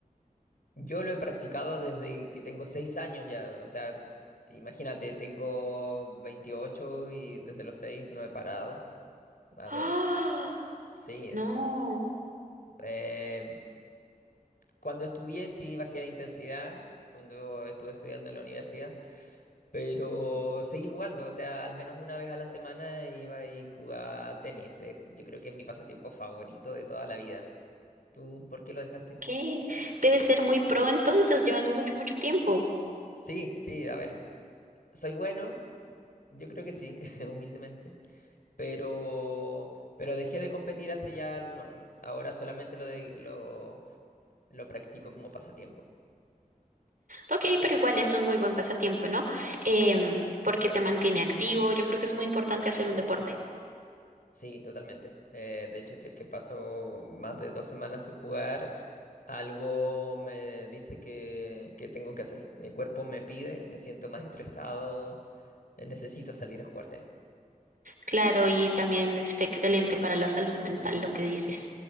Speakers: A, on the left; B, on the right.
A: Yo lo he practicado desde que tengo seis años ya, o sea, imagínate, tengo 28 y desde los seis no he parado. A
B: ¡Ah!
A: ver, sí,
B: No,
A: eh, Cuando estudié sí bajé la intensidad, cuando estuve estudiando en la universidad, pero seguí jugando, o sea, al menos una vez a la semana iba y jugaba tenis. Es- yo creo que es mi pasatiempo favorito de toda la vida. ¿Tú por qué lo dejaste?
B: ok. Debe ser muy pro entonces, llevas mucho, mucho tiempo.
A: Sí, sí, a ver, soy bueno, yo creo que sí, <laughs> humildemente, pero, pero dejé de competir hace ya algunos años. Ahora solamente lo, de, lo, lo practico como pasatiempo.
B: Ok, pero igual es un muy buen pasatiempo, ¿no? Em, porque te mantiene activo, yo creo que es muy importante hacer un deporte.
A: Sí, totalmente. Eh, de hecho, si es que paso más de dos semanas sin jugar, algo me dice que, que tengo que hacerlo. Mi cuerpo me pide, me siento más estresado, eh, necesito salir a jugar tenis.
B: Claro, y también es excelente para la salud mental lo que dices.